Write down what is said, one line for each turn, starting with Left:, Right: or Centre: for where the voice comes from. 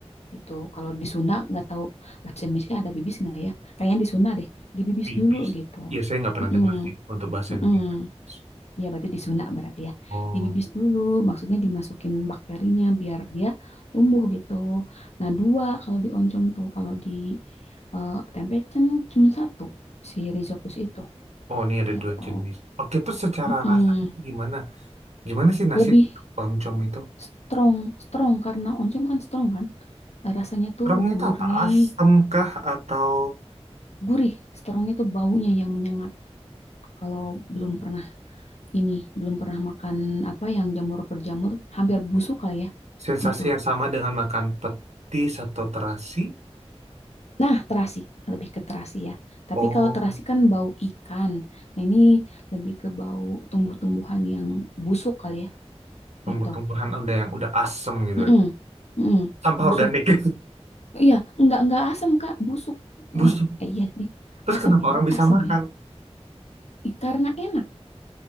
Left: gitu. Kalau di Sunda nggak tahu bahasa Indonesia ada bibis nggak ya? Kayaknya di Sunda deh, dibibis
Right: Bibis.
Left: dulu gitu.
Right: Ya, saya nggak pernah
Left: Mm-mm,
Right: dengar sih untuk bahasa
Left: mm-mm.
Right: Indonesia. Bibis.
Left: Ya berarti di Sunda berarti ya.
Right: Oh,
Left: Dibibis dulu, maksudnya dimasukin bakterinya biar dia tumbuh gitu. Nah, dua kalau di oncom tuh, kalau di eh, tempe cen- cuma satu si Rhizopus itu
Right: oh ini ada
Left: gitu.
Right: dua jenis. Oke, terus secara
Left: Mm-mm.
Right: rasa gimana? Gimana sih nasi
Left: Lebih
Right: oncom itu?
Left: strong, strong karena oncom kan strong kan. Rasanya tuh
Right: Terongnya
Left: gurih,
Right: itu apa? Asam kah atau
Left: gurih. Strongnya tuh baunya yang menyengat. Kalau belum pernah ini, belum pernah makan apa yang jamur berjamur, hampir busuk kali ya
Right: sensasi
Left: gitu.
Right: yang sama dengan makan petis atau terasi?
Left: Nah, terasi, lebih ke terasi ya. Tapi
Right: Oh,
Left: kalau terasi kan bau ikan. Nah, ini lebih ke bau tumbuh-tumbuhan yang busuk kali ya
Right: tumbuh-tumbuhan
Left: gitu.
Right: udah yang udah asem gitu.
Left: Mm-mm. Mm-mm.
Right: Sampah
Left: Busuk
Right: organik.
Left: Iya, enggak enggak asam Kak, busuk.
Right: <laughs>
Left: Heeh.
Right: Busuk.
Left: Eh, iya nih,
Right: Terus
Left: asam
Right: kenapa
Left: ya,
Right: orang bisa
Left: asam
Right: makan?
Left: ya. Ih, karena enak.